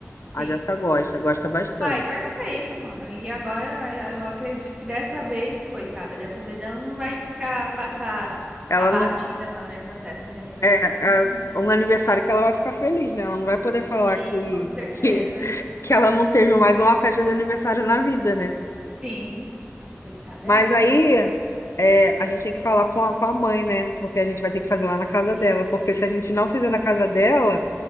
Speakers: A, on the left; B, on the right.
A: A
B: sim.
A: Jéssica gosta, gosta bastante.
B: Ai, perfeito, mano. E agora eu acredito que dessa vez, coitada, dessa vez ela não vai ficar passar
A: Ela
B: abatida
A: não.
B: não nessa festa de aniversário.
A: É, é um aniversário que ela vai ficar feliz, né? Ela não vai poder falar
B: Sim,
A: que,
B: com certeza.
A: que, que ela não teve mais uma festa de aniversário na vida, né?
B: Sim. Coitada,
A: Mas
B: é ruim.
A: aí. é, a gente tem que falar com a, com a mãe, né? Porque a gente vai ter que fazer lá na casa
B: Sim.
A: dela. Porque se a gente não fizer na casa dela.